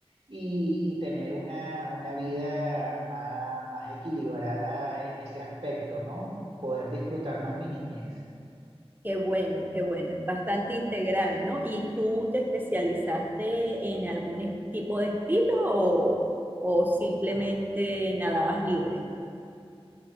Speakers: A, on the right (about 65°); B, on the right (about 20°).
A: y, y tener una, una vida más, más equilibrada en ese aspecto, ¿no? Poder disfrutar más mi niñez.
B: Qué bueno, qué bueno, es bastante integral, ¿no? ¿Y tú te especializaste en algún es- tipo de estilo o, o simplemente nadabas libre?